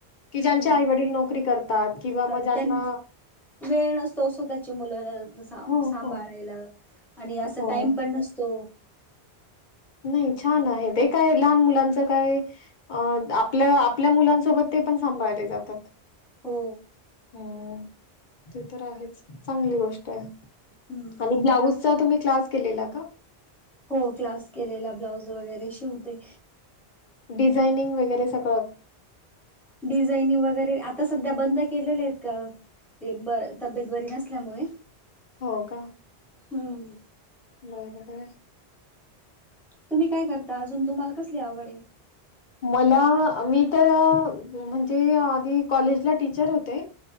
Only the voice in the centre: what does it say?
हम्म
त्यां
वेळ नसतो स्वतःच्या मुलाना
सांभाळायला
आणि असा
टाइम पण नसतो
हो
हम्म
हो क्लास केलेला ब्लाऊज वगैरे शिवते.
डिझानिंग वगैरे आ - आता सध्या बंद केलेले आहेत क-अ-ते-ब-तब्येत बरी नसल्यामुळे.
हम्म
तुम्ही काय करता अजून. तुम्हाला कसली आवड आहे?